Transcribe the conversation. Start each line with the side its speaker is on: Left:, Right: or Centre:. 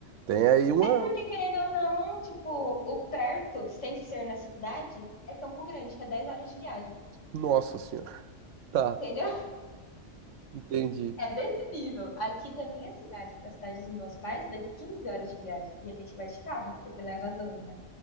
Right: Tem aí uma...
Left: É porque, querendo ou não, tipo, o perto, sem ser na cidade, é Campo Grande, que é 10 horas de viagem.
Right: Nossa senhora. Tá,
Left: Entendeu? <laughs>
Right: entendi.
Left: É desse nível. Aqui da minha cidade para a cidade dos meus pais, dá 15 horas de viagem. E a gente vai de carro, porque leva a Zoe, né?